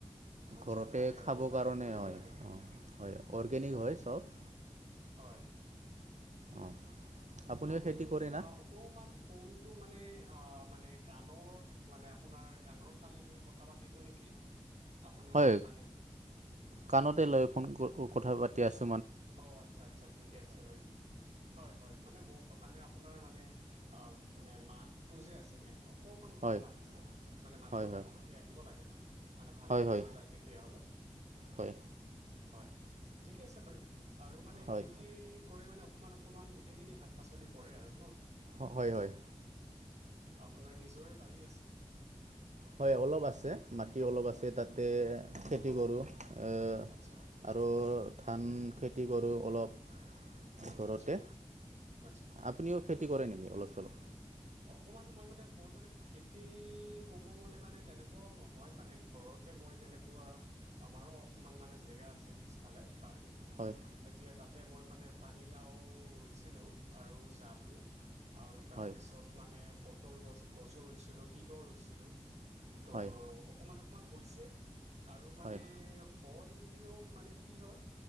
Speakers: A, on the right (about 70°); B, on the right (about 85°).
A: আচ্ছা
B: ঘৰতে
A: ভালে বাৰু
B: খাব
A: ভালে
B: কাৰণে
A: কৰিব
B: হয়।
A: লাগে
B: অ', হয় অৰ্গেনিক হয় চব।
A: হয়।
B: অঁ আপুনিও
A: আপুনি
B: খেতি কৰে না
A: অকমান ফনটো মানে অ', মানে কাণৰ মানে আপোনাৰ কাণৰ ফালে লৈ কথা পাতিব নেকি? আপুনি
B: হয়,
A: যদি মানে
B: কাণতে লৈ ফোন কথা পাতি আছো।
A: অ', আচ্ছা আচ্ছা, ঠিকে আছে বাৰু, হয় হয় মানে-মানে আপোনাৰ মানে অ মানে মাতটো যে আছে নে অকণমান কম
B: হয়
A: আহিছে মানে মাতটো
B: হয় হয়
A: ডাঙৰকৈ আহিব লাগে ন। মানে ভালকৈ
B: হয়
A: শুনা
B: হয়
A: যায় তেতিয়াহ'লে,
B: হয়
A: হয় ঠিকে আছে বাৰু। আৰু মানে
B: হয়
A: খেতি কৰি মানে অকমান অকমান গোটেইখিনি শাক পাচলি কৰে আৰু ন।
B: অ হয় হয়।
A: আপোনাৰ নিজৰে বাৰী আছে।
B: হয় অলপ আছে মাটি অলপ আছে
A: অ
B: তাতে খেতি
A: অ
B: কৰোঁ। অহ
A: আচ্ছা
B: আৰু ধান খেতি কৰোঁ অলপ। ঘৰতে
A: আচ্ছা আচ্ছা
B: আপুনিও খেতি কৰে নিকি অলপ চলপ
A: অকমান মই মানে মই মানে খেতি কব গ'লে মানে তেনেকুৱাও নহয় মানে ঘৰত মই যেনেকুৱা আমাৰো অকমান মানে জেগা আছে পিছফালে বাৰী
B: হয়
A: তেতিয়া তাতে মই মানে পানীলাও ৰুইছিলোঁ আৰু জালুক আৰু তাৰপিছত
B: হয়
A: মানে পটল গছ গছো ৰুইছিলো তিঁহৰ ৰুইছিলো ত'
B: হয়
A: অকমান অকমান হৈছে আৰু মানে
B: হয়
A: হয় যদিও মানে কি হয়